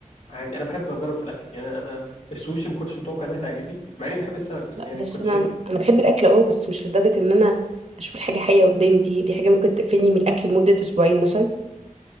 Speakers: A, on the left; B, on the right.
A: عادي انا بحب اجرب في الاكل يعني انا السوشي ما كنتش متوقع انها تعجبني مع اني بحب السمك بس
B: لا
A: يعني
B: بس
A: كنت
B: انا
A: شايف
B: انا بحب الاكل اه بس مش لدرجة ان انا اشوف الحاجة حية قدامي دي دي حاجة ممكن تقفلني من الاكل لمدة اسبوعين مثلا